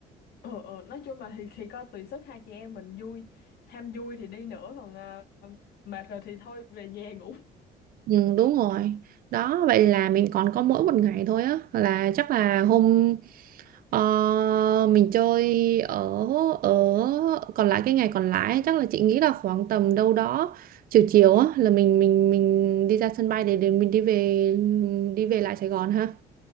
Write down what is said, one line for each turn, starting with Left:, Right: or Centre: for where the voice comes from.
Left: ừ, ừ, nói chung là thì thì coi tùy sức hai chị em mình vui ham vui thì đi nữa còn à, mệt rồi thì thôi về nhà ngủ
Right: ừ, đúng rồi đó vậy là mình còn có mỗi một ngày thôi á là chắc là hôm Ờ, mình chơi ở ở còn lại cái ngày còn lại chắc là chị nghĩ là khoảng tầm đâu đó chiều chiều á là mình mình mình đi ra sân bay để để mình đi về đi về lại Sài Gòn ha